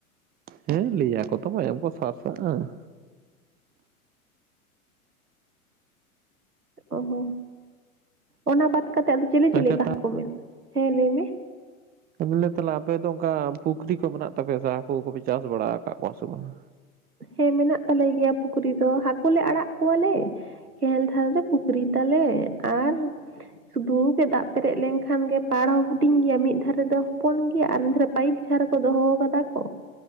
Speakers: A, on the right; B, on the right.
A: ᱦᱮᱸ ᱞᱟᱹᱭᱟ ᱠᱚ ᱛᱚ ᱢᱟᱭᱟᱢ ᱠᱚ ᱥᱟᱨᱟᱜᱼᱟ᱾
B: ᱚ ᱦᱚ ᱚᱱᱟ ᱵᱟᱫᱽ ᱠᱟᱛᱮᱜ ᱟᱫᱚ ᱪᱤᱞᱤ
A: ᱟᱪᱪᱷᱟ
B: ᱪᱤᱞᱤ ᱠᱚ ᱦᱟᱠᱳ, ᱦᱮᱸ ᱞᱟᱹᱭ ᱢᱮ᱾
A: ᱮ ᱵᱚᱞᱮ ᱟᱯᱮ ᱫᱚ ᱚᱝᱠᱟ ᱯᱩᱠᱷᱨᱤ ᱠᱚ ᱢᱮᱱᱟᱜ ᱛᱟᱯᱮᱭᱟ ᱥᱮ ᱦᱟᱹᱠᱩ ᱠᱚᱯᱮ ᱪᱟᱥ ᱵᱟᱲᱟ ᱟᱠᱟᱫ ᱠᱚᱣᱟ ᱥᱮ ᱵᱟᱝᱟ?
B: ᱦᱮᱸ ᱢᱮᱱᱟᱜ ᱛᱟᱞᱮ ᱜᱮᱭᱟ ᱯᱩᱠᱷᱨᱤ ᱫᱚ ᱦᱟᱠᱳ ᱞᱮ ᱟᱲᱟᱜ ᱠᱚᱣᱟ ᱞᱮ ᱾ ᱠᱮᱱᱮᱞ ᱫᱷᱟᱨᱮ ᱨᱮ ᱯᱩᱠᱷᱨᱤ ᱛᱟᱞᱮ ᱟᱨ ᱥᱩᱫᱩ ᱜᱮ ᱫᱟᱜ ᱯᱮᱨᱮᱡ ᱞᱮᱱᱠᱷᱟᱱ ᱜᱮ ᱯᱟᱲ ᱦᱚᱸ ᱦᱩᱰᱤᱧ ᱜᱮᱭᱟ ᱢᱤᱫ ᱫᱷᱟᱨᱮ ᱫᱚ ᱦᱚᱯᱚᱱ ᱜᱮᱭᱟ ᱟᱨ ᱢᱤᱫ ᱫᱷᱟᱨᱮ ᱯᱟᱭᱤᱯ ᱤᱪᱷᱟ ᱨᱮᱠᱚ ᱫᱚᱦᱚ ᱠᱟᱫᱟ ᱠᱚ